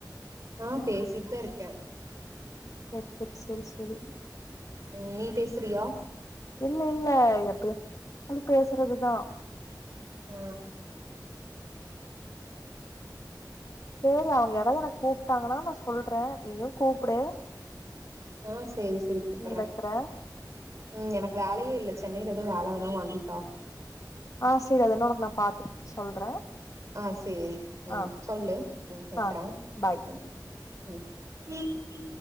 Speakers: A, on the right; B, on the left.
A: ஆ பேசிட்தா இருக்கே
B: ஓ ஓ செரி செரி
A: உம் நீ பேசுறியா
B: இல்லல்ல எப்யா வது பேசுறதுதா
A: ஆ
B: சேரி அவங்க யாராவது என கூப்ட்டாங்கன்னா நா சொல்றேன் நீயும் கூப்புடு
A: ஆ செரி செரி கூப்பறே
B: ம் வைக்கிறே
A: உம் எனக்கு வேலயே இல்ல சென்னையில எதும் வேல வேணா வாங்கித்தா
B: ஆ செரி அதெல்லா உனக்கு நா பாத்துட்டு சொல்றே
A: ஆ செரி உம்
B: ஆ
A: சொல்லு உம் வெக்ர
B: ஆ பாய்
A: உம் உம் கீகீ